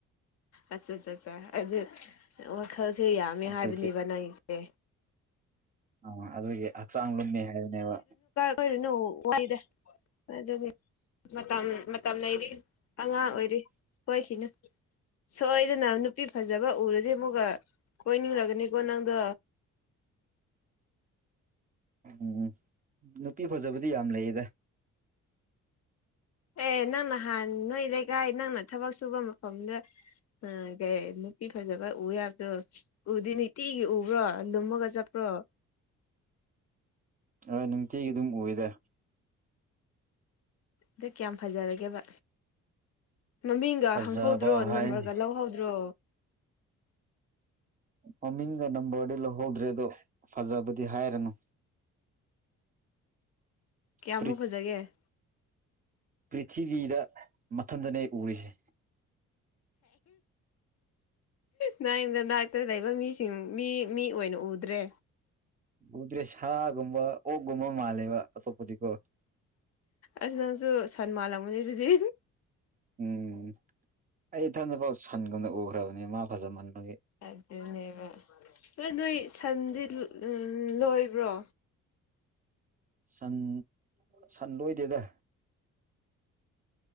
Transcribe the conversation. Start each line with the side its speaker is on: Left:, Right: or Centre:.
Left: ꯑꯠꯆꯥ ꯑꯠꯆꯥ ꯑꯠ ꯑꯗꯨ ꯋꯥꯈꯜꯁꯦ ꯌꯥꯝꯃꯦ
Right: ꯑꯗꯨꯒꯤ
Left: ꯍꯥꯏꯕꯅꯦꯕ ꯅꯪꯁꯦ
Right: ꯑ ꯑꯗꯨꯒꯤ ꯍꯛꯆꯥꯡ ꯂꯨꯝꯃꯤ ꯍꯥꯏꯕꯅꯦꯕ
Left: ꯑꯣꯏꯔꯨꯅꯨ ꯋꯥꯏꯗ ꯑꯗꯨꯗꯤ ꯃꯇꯝ ꯃꯇꯝ ꯂꯩꯔꯤ ꯑꯉꯥꯡ ꯑꯣꯏꯔꯤ ꯍꯣꯏꯈꯤꯅ ꯁꯣꯏꯗꯅ ꯅꯨꯄꯤ ꯐꯖꯕ ꯎꯔꯗꯤ ꯑꯃꯨꯛꯒ ꯀꯣꯏꯅꯤꯡꯔꯒꯅꯤꯀꯣ ꯅꯪꯗꯣ
Right: ꯎꯝ ꯅꯨꯄꯤ ꯐꯖꯕꯗꯤ ꯌꯥꯝ ꯂꯩꯌꯦꯗ
Left: ꯑꯦ ꯅꯪꯅꯍꯥꯟ ꯅꯣꯏ ꯂꯩꯀꯥꯏ ꯅꯪꯅ ꯊꯕꯛ ꯁꯨꯕ ꯃꯐꯝꯗ ꯎ ꯀꯩ ꯅꯨꯄꯤ ꯐꯖꯕ ꯎ ꯌꯥꯕꯗꯣ ꯎꯗꯤ ꯇꯤꯒꯤ ꯎꯕ꯭ꯔꯣ ꯅꯨꯝꯃꯒ ꯆꯠꯄ꯭ꯔꯣ
Right: ꯑ ꯅꯨꯡꯇꯤꯒꯤ ꯑꯗꯨꯝ ꯎꯗ
Left: ꯑꯗꯨ ꯀꯌꯥꯝ ꯐꯖꯔꯒꯦꯕ ꯃꯃꯤꯡꯒ
Right: ꯐꯖꯕ
Left: ꯍꯪꯍꯧꯗ꯭ꯔꯣ
Right: ꯍꯥꯏ
Left: ꯅꯝꯕꯔꯒ ꯂꯧꯍꯧꯗ꯭ꯔꯣ
Right: ꯃꯃꯤꯡꯒ ꯅꯝꯕꯔꯗꯤ ꯂꯧꯍꯧꯗ꯭ꯔꯦ ꯑꯗꯣ ꯐꯖꯕꯗꯤ ꯍꯥꯏꯔꯅꯨ
Left: ꯀꯌꯥꯃꯨꯛ
Right: ꯄ꯭ꯔꯤ
Left: ꯐꯖꯒꯦ
Right: ꯄ꯭ꯔꯤꯊꯤꯕꯤꯗ ꯃꯊꯟꯇꯅꯦ ꯎꯔꯤꯁꯦ
Left: ꯅꯪꯊꯅꯥꯛꯇ ꯂꯩꯕ ꯃꯤꯁꯤꯡ ꯃꯤ ꯃꯤ ꯑꯣꯏꯅ ꯎꯗ꯭ꯔꯦ
Right: ꯎꯗ꯭ꯔꯦ ꯁꯥꯒꯨꯝꯕ ꯑꯣꯛꯒꯨꯝꯕ ꯃꯥꯜꯂꯦꯕ ꯑꯇꯣꯞꯄꯗꯤꯀꯣ
Left: ꯑꯁ ꯅꯪꯁꯨ ꯁꯟ ꯃꯥꯥꯟꯜꯂꯝꯕꯅꯤ ꯑꯗꯨꯗꯤ
Right: ꯎꯝ ꯑꯩ ꯏꯊꯟꯗꯐꯥꯎ ꯁꯟꯒꯨꯝꯅ ꯎꯈ꯭ꯔꯕꯅꯤ ꯃꯥ ꯐꯖꯃꯟꯕꯒꯤ
Left: ꯑꯗꯨꯅꯦꯕ ꯑ ꯅꯣꯏ ꯁꯟꯗꯤ ꯂꯣꯏꯕ꯭ꯔꯣ
Right: ꯁꯟ ꯁꯟ ꯂꯣꯏꯗꯦꯗ